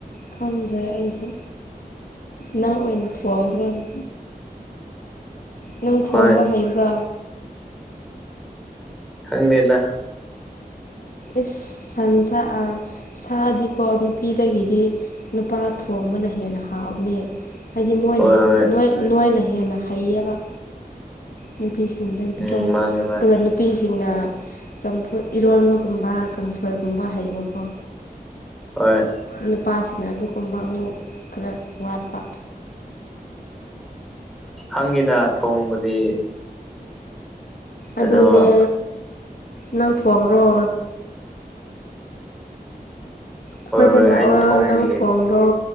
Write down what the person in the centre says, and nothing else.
ꯍꯣꯏ
ꯈꯪꯗ‌ꯦꯗ꯫
ꯍꯣꯏ ꯍꯣꯏ
ꯎꯝ ꯃꯥꯅꯦ ꯃꯥꯅꯦ
ꯑꯣꯏ
ꯈꯪꯉꯤꯗ ꯊꯣꯡꯕꯗꯤ
ꯑꯗꯣ
ꯍꯣꯏ ꯍꯣꯏ
ꯑꯩ ꯊꯣꯡꯕꯤꯒꯦ